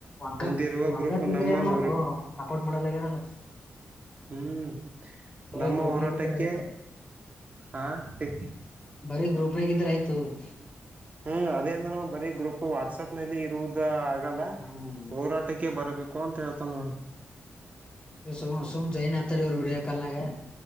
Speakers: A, on the left (about 20°); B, on the right (about 35°).
A: ಒಗ್ಗ
B: ಹೊಂದಿರುವ
A: ಒಗ್ಗಟ
B: ಗ್ರೂಪ್
A: ಇದರ
B: ನಮ್ಮ
A: ಏನ್ ಮಾಡ್ತವ
B: ಹೋರ
A: ಸಪೋರ್ಟ್ ಮಾಡಲ್ಲಗಿರಲ್ಲ. <inaudible>
B: ಹ್ಮ್
A: ಬರೀ
B: ನಮ್ಮ
A: ಗ್ರೂಪ್ನಾಗ
B: ಹೋರಾಟಕ್ಕೆ
A: ಇದ್ರ ಆಯ್ತ
B: ಹಾ <inaudible>
A: ಬರಿ ಗ್ರೂಪ್ ನ್ಯಾಗ ಇದ್ದರೆ ಆಯಿತು. <inaudible>
B: ಹ್ಮ್ ಅದೇ ಅಂದ್ರೆ ನಾವ್ ಬರೀ ಗ್ರೂಪ್ ವಾಟ್ಸಪ್ ನಲ್ಲಿ ಇರುವುದ ಆಗಲ್ಲ
A: ಹ್ಮ್
B: ಹೋರಾ <inaudible> ಟಕ್ಕೆ ಬರಬೇಕು ಅಂತ ಹೇಳ್ತಾನ ಅವ.
A: ಏ ಸಮ ಸುಮ್ ಜೈನ್ ಆತರಿರು ವಿಡಿಯೋ ಕಾಲ್ ನ್ಯಾಗ. <inaudible>